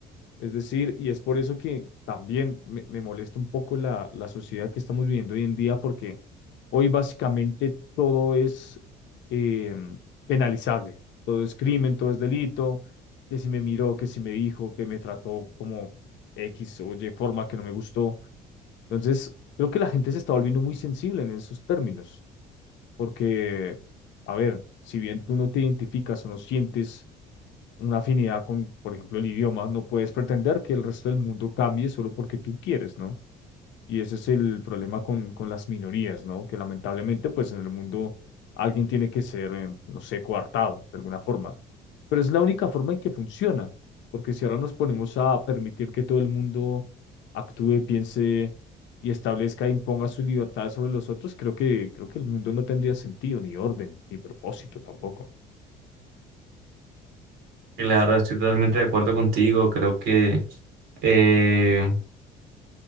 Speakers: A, on the left (about 60°); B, on the right (about 75°).
A: Es decir, y es por eso que también me, me molesta un poco la, la sociedad que estamos viviendo hoy en día, porque hoy básicamente todo es eh, penalizable, todo es crimen, todo es delito, que si me miró, que si me dijo, que me trató como X o Y forma que no me gustó. Entonces, creo que la gente se está volviendo muy sensible en esos términos. Porque, a ver, si bien tú no te identificas o no sientes una afinidad con, por ejemplo, el idioma, no puedes pretender que el resto del mundo cambie solo porque tú quieres, ¿no? Y ese es el problema con, con las minorías, ¿no? Que lamentablemente, pues en el mundo alguien tiene que ser, eh, no sé, coartado de alguna forma. Pero es la única forma en que funciona, porque si ahora nos ponemos a permitir que todo el mundo actúe, piense y establezca e imponga sus libertades sobre los otros, creo que, creo que el mundo no tendría sentido, ni orden, ni propósito tampoco.
B: Claro, estoy totalmente de acuerdo contigo. Creo que eh,